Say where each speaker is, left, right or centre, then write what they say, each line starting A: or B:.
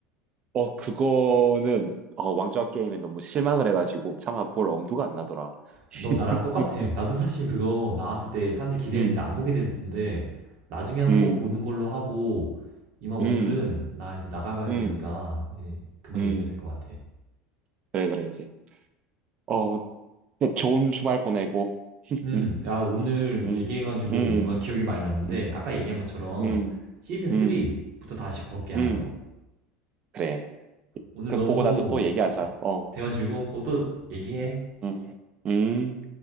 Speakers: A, on the right; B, on the right.
A: 어, 그거는, 어, 왕좌 게임에 너무 실망을 해가지고, 차마 볼 엄두가 안 나더라.
B: 너 나랑 똑같아.
A: <laughs>
B: 나도 사실 그거 나왔을 때 사람들이 기대했는데
A: 음, 음,
B: 안 보게 됐는데 나중에 한번
A: 음,
B: 꼭 보는 걸로 하고 이만 오늘은
A: 음,
B: 나 이제 나가봐야
A: 음.
B: 되니까 이제 그만
A: 음.
B: 얘기해도 될 것 같아.
A: 그래, 그래, 이제. 어, 네, 좋은 주말 보내고,
B: 음,
A: 음,
B: 야 오늘
A: 음,
B: 얘기해가지고
A: 음,
B: 뭔가 기억이 많이 났는데
A: 음,
B: 아까 얘기한 것처럼
A: 음,
B: 시즌 3부터
A: 음,
B: 다시 볼게 한번.
A: 음. 그래.
B: 오늘
A: 그,
B: 너무
A: 보고 나서 또 얘기하자. 어,
B: 대화 즐거웠고 또 얘기해.
A: 음, 음.